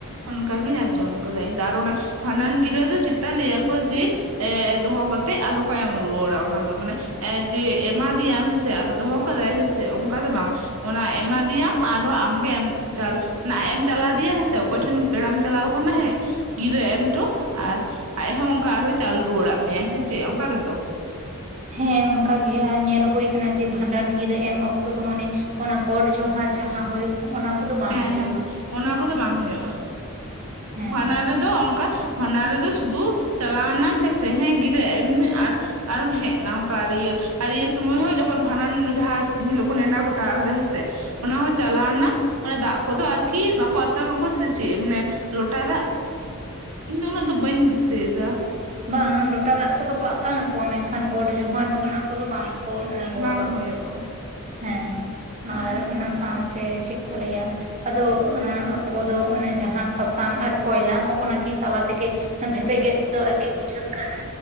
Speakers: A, on the right (about 80°); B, on the right (about 30°).
A: ᱚᱱᱠᱟᱜᱤᱧ ᱟᱸᱡᱚᱢ ᱟᱠᱟᱫᱟ ᱤᱧ ᱫᱚ ᱟᱨ ᱚᱱᱟ ᱵᱷᱟᱸᱰᱟᱱ ᱜᱤᱨᱟᱹ ᱫᱚ ᱪᱮᱛ ᱞᱟᱹᱭᱟᱠᱚ ᱡᱮ ᱮ ᱫᱚᱦᱚ ᱠᱟᱛᱮᱜ ᱟᱨᱦᱚ ᱠᱚ ᱮᱢ ᱨᱩᱣᱟᱹᱲᱟ ᱚᱱᱟ ᱫᱚ ᱢᱟᱱᱮ ᱮ ᱡᱮ ᱮᱢᱟ ᱫᱮᱭᱟᱢ ᱦᱮᱸᱥᱮ ᱾ ᱫᱚᱦᱚ ᱠᱟᱫᱟᱭ ᱦᱮᱸᱥᱮ ᱚᱱᱠᱟ ᱫᱚ ᱵᱟᱝ, ᱚᱱᱟ ᱮᱢᱟᱫᱮᱭᱟᱢ ᱟᱨᱦᱚᱸ ᱟᱢᱜᱮ ᱮᱢ ᱪᱟᱞ ᱟᱡᱮ ᱮᱢ ᱪᱟᱞᱟᱣ ᱫᱮᱭᱟ ᱦᱮᱸ ᱥᱮ ᱚᱠᱚᱭ ᱴᱷᱮᱱ ᱯᱮᱲᱟᱢ ᱪᱟᱞᱟᱣ ᱠᱟᱱᱟ ᱦᱮᱸ ᱜᱤᱨᱟᱹ ᱮᱢᱴᱚ ᱟᱨ ᱟᱡ ᱦᱚᱸ ᱚᱱᱠᱟ ᱟᱨᱦᱚᱸ ᱪᱟᱞ ᱨᱩᱣᱟᱹᱲᱟᱜ ᱢᱮᱭᱟᱭ ᱥᱮ ᱪᱮᱫ ᱚᱱᱠᱟ ᱜᱮᱛᱚ!
B: ᱦᱮᱸ ᱚᱱᱠᱟ ᱜᱮ ᱟᱨ ᱧᱮᱞ ᱦᱩᱭ ᱟᱠᱟᱱᱟ ᱡᱮ ᱵᱷᱟᱸᱰᱟᱱ ᱜᱤᱨᱟᱹ ᱮᱢ ᱚᱠᱛᱚ ᱫᱚ ᱢᱟᱱᱮ ᱚᱱᱟ ᱜᱚᱰ ᱡᱚᱦᱟᱨ ᱡᱟᱦᱟᱸ ᱦᱩᱭᱩᱜ ᱚᱱᱟ ᱠᱚᱫᱚ ᱵᱟᱝ
A: ᱦᱮᱸ
B: ᱦᱩᱭᱩᱜᱼᱟ
A: ᱦᱮᱸ
B: ᱾
A: ᱚᱱᱟ ᱠᱚᱫᱚ ᱵᱟᱝ ᱦᱩᱭᱩᱜᱼᱟ ᱾
B: ᱦᱮᱸ
A: ᱵᱷᱟᱸᱰᱟᱱ ᱨᱮᱫᱚ ᱚᱱᱠᱟ ᱵᱷᱟᱸᱰᱟᱱ ᱨᱮᱫᱚ ᱥᱩᱫᱷᱩ ᱪᱟᱞᱟᱣᱱᱟᱢ ᱦᱮᱸᱥᱮ ᱦᱮᱸ ᱜᱤᱨᱟᱹ ᱮᱢ ᱢᱮ ᱟᱨ ᱟᱨᱮᱢ ᱦᱮᱡ ᱮᱱᱟ ᱚᱝᱠᱟ ᱤᱭᱟᱹ ᱤᱭᱟᱹ ᱥᱚᱢᱚᱭ ᱦᱚᱸ ᱡᱚᱠᱷᱚᱱ ᱵᱷᱟᱸᱰᱟᱱ ᱡᱟᱦᱟᱸ ᱦᱤᱞᱳᱜ ᱱᱮᱸᱰᱟ ᱜᱚᱴᱟ ᱠᱟᱫᱟ ᱦᱮᱸᱥᱮ ᱾ ᱚᱱᱟ ᱦᱚᱸ ᱪᱟᱞᱟᱣᱱᱟᱢ ᱚᱱᱟ ᱫᱟᱜ ᱠᱚᱫᱚ ᱟᱨᱠᱤ ᱵᱟᱠᱚ ᱟᱛᱟᱱᱟᱠᱚ ᱥᱮ ᱪᱮᱫ ᱢᱟᱱᱮ ᱞᱚᱴᱟ ᱫᱟᱜ ᱤᱧ ᱫᱚ ᱩᱱᱟᱹᱜ ᱫᱚ ᱵᱟᱹᱧ ᱫᱤᱥᱟᱹᱭᱮᱫᱟ!
B: ᱵᱟᱝ ᱞᱚᱴᱟ ᱫᱟᱜ ᱠᱚᱫᱚ ᱠᱚ ᱟᱛᱟᱝ ᱟᱠᱚᱣᱟ, ᱢᱮᱱᱠᱷᱟᱱ ᱜᱚᱰ ᱡᱚᱦᱟᱨ ᱦᱚᱸ ᱦᱚᱜᱼᱚᱱᱟ ᱠᱚᱫᱚ ᱵᱟᱝ ᱾ ᱠᱚ ᱮ ᱜᱚᱴ
A: ᱵᱟᱝ
B: ᱟᱠᱚ
A: ᱦᱳᱭᱳᱜᱼᱟ
B: ᱦᱮᱸ
A: ᱦᱩᱸ
B: ᱟᱨ ᱚᱱᱟ
A: ᱦᱩᱸ
B: ᱥᱟᱶᱛᱮ ᱪᱮᱫ ᱠᱚ ᱞᱟᱹᱭᱟ! ᱟᱫᱚ ᱦᱟᱸ ᱟᱵᱚ ᱫᱚ ᱚᱱᱮ ᱡᱟᱦᱟᱸ ᱥᱟᱥᱟᱝ ᱟᱨ ᱠᱚᱭᱞᱟ ᱦᱚᱸᱜᱼ ᱱᱟᱠᱤᱱ ᱛᱟᱞᱟ ᱛᱮᱜᱮ ᱵᱷᱮᱯᱮᱜᱮᱫ ᱫᱚ ᱟᱨᱠᱤ ᱵᱩᱡᱷᱟᱹᱜ ᱠᱟᱱᱟ,